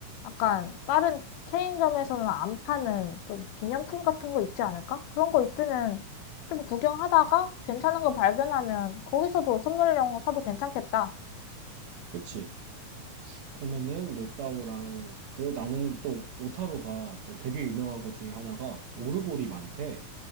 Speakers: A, on the left; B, on the right.
A: 약간 다른 체인점에서는 안 파는 좀 기념품 같은 거 있지 않을까? 그런 거 있으면 좀 구경하다가 괜찮은 거 발견하면 거기서도 선물용 사도 괜찮겠다.
B: 그치? 그러면은 르따오랑, 그리고 나는 또 오타루가 또 되게 유명한 것 중에 하나가 오르골이 많대.